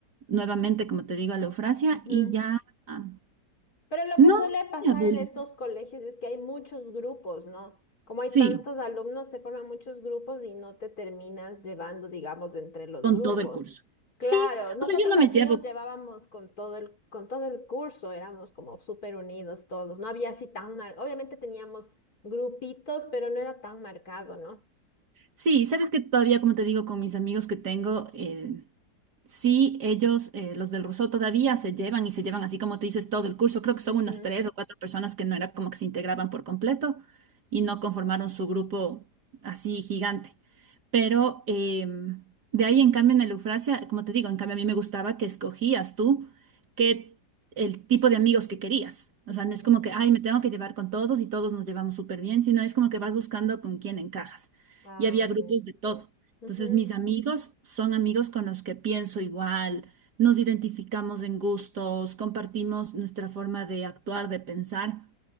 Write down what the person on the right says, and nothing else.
nuevamente, como te digo, a la Eufrasia
y ya... ah,
No,
no
tenía bullying.
Sí,
con
todo el curso.
Sí,
o sea, yo no
me llevo.
Sí, sabes que todavía, como te digo, con mis amigos que tengo, eh, sí, ellos, eh, los del Rousseau, todavía se llevan y se llevan así como tú dices todo el curso. Creo que son
unas tres o cuatro personas que no era como que se integraban por completo y no conformaron su grupo así gigante. Pero eh, de ahí, en cambio, en el Eufrasia, como te digo, en cambio a mí me gustaba que escogías tú que el tipo de amigos que querías. O
sea, no es como que, ay, me tengo que llevar con todos y todos nos llevamos súper bien, sino es como que vas buscando con quién encajas.
Y había
grupos de todo.
Entonces, mis amigos son amigos con los que pienso igual, nos identificamos en gustos, compartimos nuestra forma de actuar, de pensar.